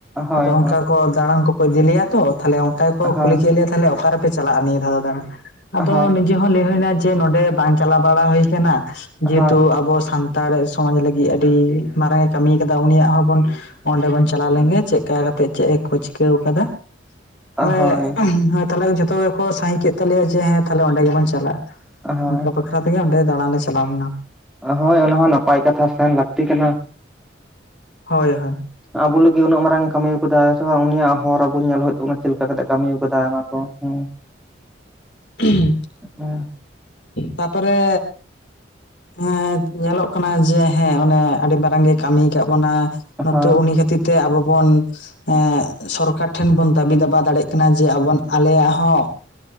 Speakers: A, in the centre; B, on the left.
A: ᱦᱳᱭ
B: ᱟᱫᱚ ᱚᱱᱠᱟ
A: ᱦᱳᱭ
B: ᱠᱚ ᱫᱟᱬᱟᱱ ᱠᱚᱠᱚ ᱤᱫᱤ ᱞᱮᱭᱟ ᱛᱚ ᱛᱟᱦᱚᱞᱮ ᱚᱱᱠᱟ ᱜᱮᱠᱚ
A: ᱦᱳᱭ
B: ᱠᱩᱞᱤ ᱠᱮᱫ ᱞᱮᱭᱟ, ᱛᱟᱦᱚᱞᱮ ᱚᱠᱟ ᱨᱮ ᱯᱮ ᱪᱟᱞᱟᱜᱼᱟ ᱱᱤᱭᱟᱹ ᱫᱷᱟᱣ ᱫᱚ ᱫᱟᱬᱟᱱ, ᱟᱫᱚ
A: ᱦᱳᱭ
B: ᱱᱤᱡᱮ ᱦᱚᱸ ᱞᱟᱹᱭ ᱦᱩᱭᱱᱟ ᱡᱮ ᱱᱚᱰᱮ ᱵᱟᱝ ᱪᱟᱞᱟ ᱵᱟᱲᱟ ᱦᱩᱭ ᱠᱟᱱᱟ᱾ ᱡᱮᱦᱮᱛᱩ
A: ᱦᱳᱭ
B: ᱟᱵᱚ ᱥᱟᱱᱛᱟᱲ ᱥᱚᱢᱟᱡᱽ ᱞᱟᱹᱜᱤᱜ ᱟᱹᱰᱤ ᱢᱟᱨᱟᱝ ᱮ ᱠᱟᱹᱢᱤ ᱠᱟᱫᱟ, ᱩᱱᱤᱭᱟᱜ ᱦᱚᱸ ᱵᱚᱱ ᱚᱸᱰᱮ ᱵᱚᱱ ᱪᱟᱞᱟᱣ ᱞᱮᱱ ᱜᱮ ᱪᱮᱜᱠᱟ ᱠᱟᱛᱮᱜ ᱪᱮᱫ ᱮ ᱠᱚ ᱪᱤᱠᱟᱹᱣ ᱠᱟᱫᱟ᱾ ᱦᱮᱸ
A: ᱦᱳᱭ
B: ᱛᱟᱦᱚᱞᱮ ᱡᱷᱚᱛᱚ ᱜᱮᱠᱚ ᱥᱟᱭ ᱠᱮᱜ ᱛᱟᱞᱮᱭᱟ ᱡᱮ ᱦᱮᱸ ᱛᱟᱦᱚᱞᱮ ᱚᱱᱰᱮ ᱜᱮᱵᱚᱱ ᱪᱟᱞᱟᱜᱼᱟ᱾
A: ᱦᱳᱭ
B: ᱚᱱᱠᱟ ᱵᱟᱠᱷᱨᱟ ᱛᱮᱜᱮ ᱚᱸᱰᱮ ᱫᱟᱬᱟᱱ ᱞᱮ ᱪᱟᱞᱟᱣ ᱞᱮᱱᱟ᱾
A: ᱦᱳᱭ ᱚᱱᱟ ᱦᱚᱸ ᱱᱟᱯᱟᱭ ᱠᱟᱛᱷᱟ ᱥᱮᱱ ᱞᱟᱹᱠᱛᱤ ᱠᱟᱱᱟ᱾
B: ᱦᱳᱭᱻᱦᱳᱭᱻ᱾
A: ᱟᱵᱚ ᱞᱟᱹᱜᱤᱜ ᱩᱱᱟᱹᱜ ᱢᱟᱨᱟᱝ ᱮ ᱠᱟᱹᱢᱤ ᱠᱟᱫᱟ, ᱥᱮ ᱵᱟᱝ ᱩᱱᱤᱭᱟᱜ ᱦᱚᱨ ᱟᱵᱚ ᱧᱮᱞ ᱦᱩᱭᱩᱜ ᱛᱟᱵᱚᱱᱟ᱾ ᱪᱮᱫ ᱞᱮᱠᱟ ᱠᱟᱛᱮᱜ ᱠᱟᱹᱢᱤ ᱠᱟᱫᱟ ᱚᱱᱟ ᱠᱚ ᱦᱮᱸ᱾
B: ᱦᱩᱸ
A: ᱦᱮᱸ
B: ᱛᱟᱯᱚᱨᱮ ᱦᱮᱸ ᱧᱮᱞᱚᱜ ᱠᱟᱱᱟ ᱡᱮ ᱦᱮᱸ ᱚᱱᱮ ᱟᱹᱰᱤ ᱢᱟᱨᱟᱝ ᱜᱮ ᱠᱟᱹᱢᱤ ᱠᱟᱜ ᱵᱚᱱᱟ, ᱱᱤᱛᱳᱜ
A: ᱦᱳᱭ
B: ᱩᱱᱤ ᱠᱷᱟ ᱠᱷᱟᱹᱛᱤᱨ ᱛᱮ ᱟᱵᱚ ᱵᱚᱱ ᱮᱸ ᱥᱚᱨᱠᱟᱨ ᱴᱷᱮᱱ ᱵᱚᱱ ᱫᱟᱹᱵᱤ ᱫᱟᱵᱟ ᱫᱟᱲᱮᱜ ᱠᱟᱱᱟ ᱡᱮ ᱟᱵᱚ ᱟᱞᱮᱭᱟᱜ ᱦᱚᱸ